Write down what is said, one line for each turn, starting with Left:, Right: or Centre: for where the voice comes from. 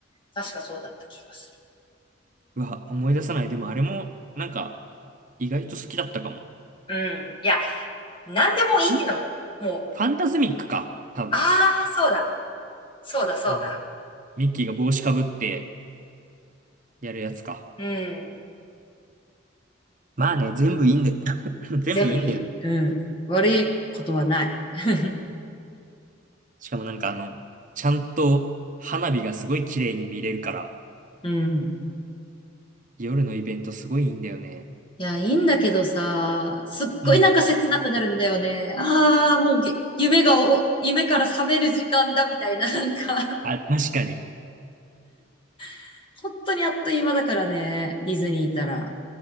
Left: 確かそうだった気がす
Right: うわ、思い出さない。でもあれも、なんか、意外と好きだったかも。ん
Left: る。うん。いや、なんでもいいのよ。
Right: フ
Left: もう、
Right: ァンタズミックか、多分。
Left: ああ、そうだ。そうだ、そうだ。
Right: あの、ミッキーが帽子かぶって、やるやつか。
Left: うん。
Right: まあね、全部いいんだよ。<laughs> 全部いいんだよね。
Left: 全部いい。うん。悪いことはない。<laughs>
Right: しかもなんかあの、ちゃんと花火がすごい綺麗に見れるから、
Left: うん。
Right: 夜のイベントすごいいいんだよね。
Left: いや、いいんだけどさ、すっごいなんか切なくなるんだよね。
Right: うん。
Left: ああ、もうげ夢がお、夢から覚める時間だみたいな、
Right: <laughs>
Left: なんか
Right: あ、確かに。
Left: <laughs> 本当にあっという間だからね、ディズニーいたら。